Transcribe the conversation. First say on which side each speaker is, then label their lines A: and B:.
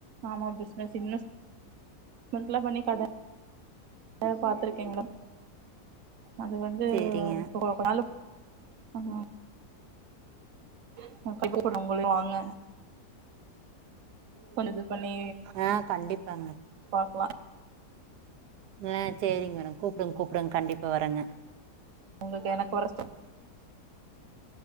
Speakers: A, on the right (about 55°); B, on the right (about 90°).
A: ஆமா பிசனஸ் இன்வெஸ்மென்ட்ல்லா பண்ணி கட ஓ பாத்திருக்கேன் மேடம் அது வந்து
B: சேரிங்க
A: இப்போ வேல ஆமா <unintelligible> உங்களயு வாங்க கொஞ்சோ இது பண்ணி
B: ஆ கண்டிப்பாங்க
A: பாக்லா
B: ஆ சேரிங் மேடம் கூப்டுங் கூப்டுங் கண்டிப்பா வர்றங்க
A: உங்கள்க்கு எனக்கு வர ஸ்ட